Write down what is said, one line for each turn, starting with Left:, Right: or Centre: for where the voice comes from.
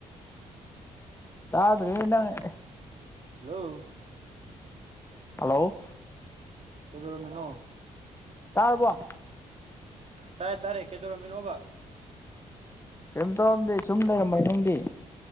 Left: ꯇ ꯑꯗꯨꯟꯅꯉꯦ
Right: ꯍꯜꯂꯣ
Left: ꯍꯜꯂꯣ
Right: ꯀꯩꯗꯧꯔꯝꯃꯤꯅꯣ
Left: ꯇꯥꯔꯕ
Right: ꯇꯥꯔꯦ ꯇꯥꯔꯦ ꯀꯩꯗꯧꯔꯝꯃꯤꯅꯣꯕ
Left: ꯀꯩꯝ ꯇꯧꯔꯝꯗꯦ ꯁꯨꯝ ꯂꯩꯔꯝꯃ ꯅꯪꯗꯤ